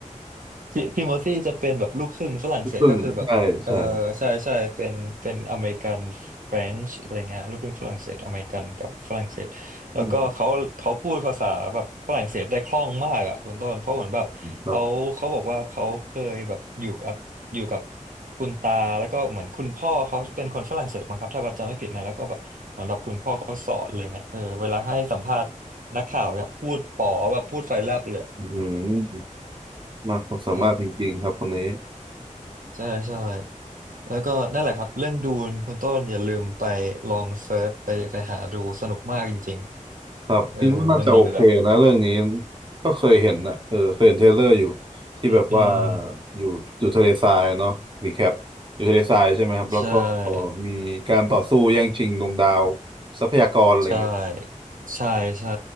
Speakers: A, on the right (about 80°); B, on the right (about 35°).
A: พี่พี่โมซี่จะเป็นแบบลูกครึ่งฝรั่งเศสก็คือแบบเออใช่ใช่เป็นเป็นอเมริกันเฟรนช์อะไรเงี้ยลูกครึ่งฝรั่งเศสอเมริกันกับฝรั่งเศสแล้วก็เขาเขาพูดภาษาแบบฝรั่งเศสได้คล่องมากอ่ะคุณต้นเพราะเหมือนแบบเขาเขาบอกว่าเขาเคยแบบอยู่กับอยู่กับ
B: ซึ่งใช่ใช่อืมครับ
A: คุณตาแล้วก็เหมือนคุณพ่อเขาเป็นคนฝรั่งเศสมั้งครับถ้าว่าจำไม่ผิดนะแล้วก็แบบเหมือนแบบคุณพ่อเขาสอนอะไรเงี้ยเออเวลาให้สัมภาษณ์นักข่าวเนี่ยพูดป๋อแบบพูดไฟแลบเลย
B: อืมมากความสามารถจริงๆครับคนนี้
A: ใช่ใช่ใช่ แล้วก็นั่นแหละครับเรื่องดูนคุณต้นอย่าลืมไปลองเซิร์ชไปไปหาดูสนุกมากจริง
B: ครับคิดว่าน่าจะโอเคนะเรื่องนี้
A: ๆเออมันมีแบบ
B: ก็เคยเห็นนะเออเคยเห็นเทรลเลอร์อยู่ที่แบบว่า
A: อืมอืม
B: อยู่อยู่ทะเลทรายเนาะรีแคปอยู่ทะเลทรายใช่ไหมครับแล้วก็
A: ใช่
B: มีการต่อสู้แย่งชิงดวงดาวทรัพยากรอะไรอย่างเงี้ย
A: ใช่ใช่ใช่